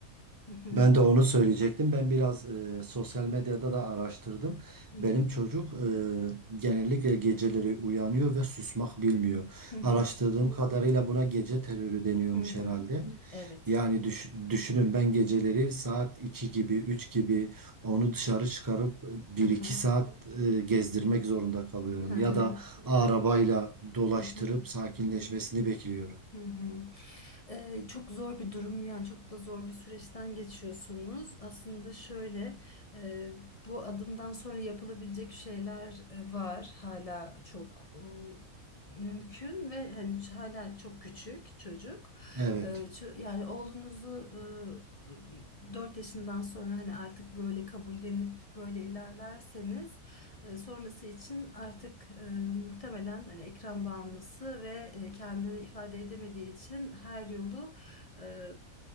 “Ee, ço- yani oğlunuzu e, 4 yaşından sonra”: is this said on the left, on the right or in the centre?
Left